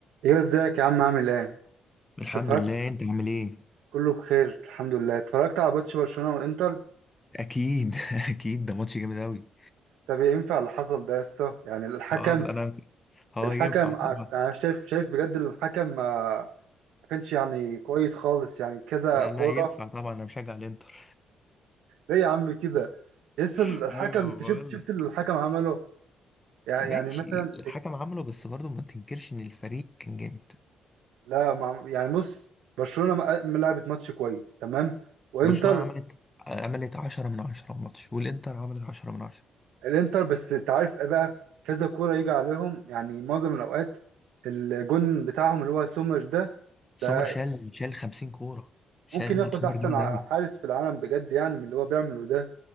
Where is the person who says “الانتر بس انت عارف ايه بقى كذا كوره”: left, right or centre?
Right